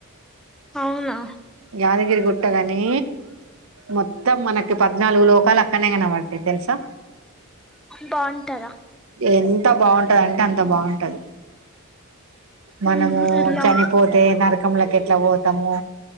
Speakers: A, in the centre; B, on the right.
A: అవునా
B: యాదగిరి గుట్టగనీ మొత్తం మనకి పద్నాలుగు లోకాలు అక్కనే కనపడతాయి తెలుసా
A: బాగుంటదా
B: ఎంత బాగుంటదంటే అంత బాగుంటది మనము
A: ఉమ్ ఎలా
B: చనిపోతే నరకంలోకి ఎట్లా పోతామో